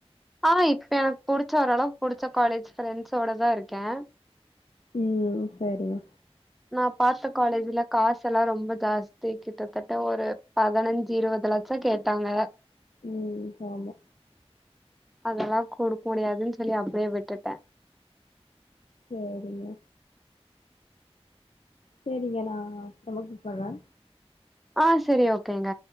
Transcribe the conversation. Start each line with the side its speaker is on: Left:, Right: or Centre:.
Centre: ஆ இப்ப எனக்கு புடிச்ச ஓரளவுக்கு புடிச்ச காலேஜ் ஃரெண்ட்ஸோட தா இருக்கே
Left: ம் செரிமா
Centre: நா பாத்த காலேஜ்ல காசு எல்லா ரொம்ப ஜாஸ்தி கிட்டத்தட்ட ஒரு பதினஞ்சு இருவது லச்சோ கேட்டாங்க
Left: ம் ஆமா
Centre: அதல்லா குடுக்க முடியாதுன்னு சொல்லி அப்டே விட்டுட்டே
Left: சேரிங்க சேரிங்க நா அப்பறமா கூப்பட்ரே
Centre: ஆ செரி ஓகேங்க